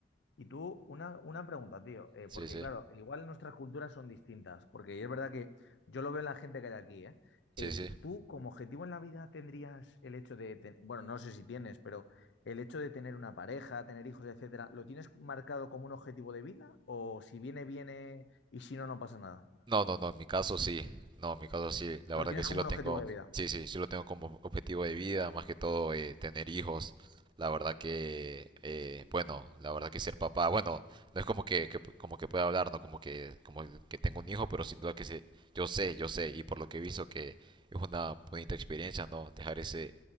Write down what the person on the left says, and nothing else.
Y tú, una, una pregunta, tío, eh,
porque
claro, igual nuestras culturas son distintas, porque es verdad que yo lo veo en la gente que hay aquí, ¿eh?
Eh,
tú como objetivo en la vida tendrías el hecho de, ten- bueno, no sé si tienes, pero el hecho de tener una pareja, tener hijos, etcétera, ¿lo tienes marcado como un objetivo de vida? ¿O si viene, viene y si no, no pasa nada?
¿Lo
tienes
como
un
objetivo de vida?